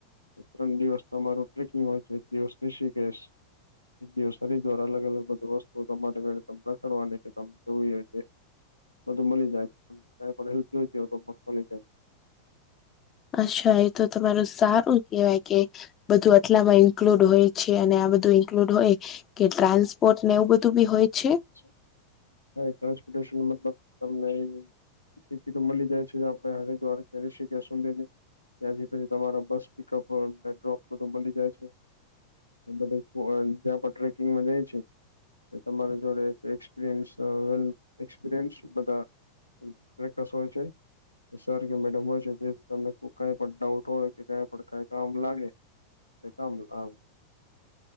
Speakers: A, on the left; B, on the left.
A: ત્રણ દિવસ તમારું ટ્રેકિંગ હોય છે, એક દિવસ ઋષિકેશ એક દિવસ હરિદ્વાર અલગ અલગ બધું વસ્તુ તમારે <unintelligible> <unintelligible> તમે જોઈ હશે બધું મળી જાય, પણ ક પણ <unintelligible> હોય તો પણ મળી જાય.
B: અચ્છા એ તો તમારું સારું કેહેવાય કે બધું આટલામાં ઇન્ક્લુડ હોય. છે અને આ બધું ઇન્ક્લુડ હોય કે ટ્રાન્સપોર્ટને એવું બધું બી હોય છે.
A: <unintelligible> ટ્રાન્સપોટેશન મતલબ તમને ઈ ટિકિટો મલી જાય છે આપડે હરિદ્વાર કે ઋષિકેશ સુધીની ત્યાંથી પછી તમારા બસ પિકઅપ ડ્રોપધ મલી જાય છે. એ બધા <unintelligible> જ્યાં પણ ટ્રેકિંગમાં જાય છે એ તમારે જોડે એક્સપિરીયન્સ અ એક્સપિરીયન્સ બધા <unintelligible> હોય છે. સર કે મેડમ હોય છે જેથી તમને કઈ પણ ડાઉટ હોય કે કઈ પણ કઈ કામ લાગે તે કામનું આવ